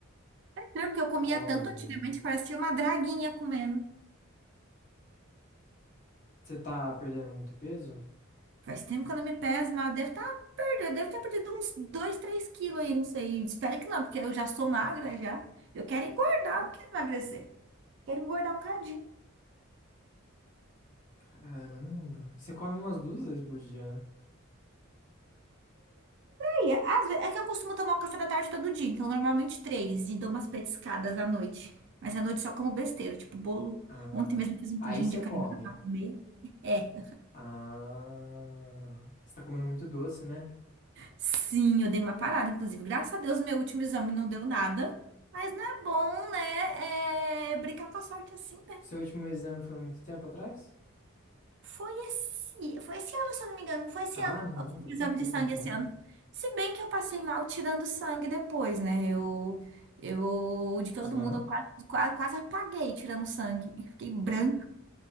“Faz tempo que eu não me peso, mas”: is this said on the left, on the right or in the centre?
Right